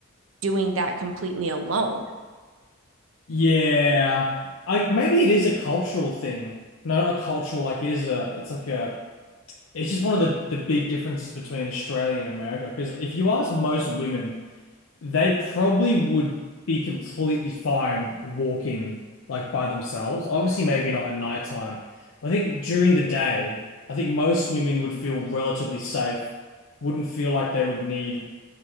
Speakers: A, on the right (about 75°); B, on the left (about 80°).
A: doing that completely alone.
B: yeah, I maybe it is a cultural thing. No, not a cultural. Like it is a. It's like a. It's just one of the the big differences between Australia and America. Because if you ask most women. They probably would be completely fine walking like by themselves. Obviously, maybe not at nighttime, but I think during the day, I think most women would feel relatively safe, wouldn't feel like they would need